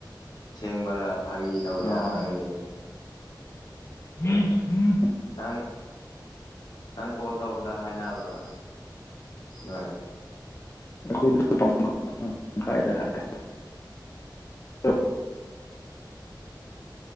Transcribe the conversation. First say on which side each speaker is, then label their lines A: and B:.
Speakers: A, on the left; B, on the left.
A: ꯑꯁꯦꯡꯕꯔꯥ ꯐꯒꯤ ꯇꯧꯔꯤꯔꯥ
B: ꯑꯣ
A: ꯈꯪꯗꯦ
B: ꯎꯝ ꯎꯝ
A: ꯅꯪ ꯅꯪ ꯀꯣꯜ ꯇꯧꯕꯗ ꯍꯥꯏꯅꯕ꯭ꯔꯣ ꯅꯣꯏ
B: <unintelligible>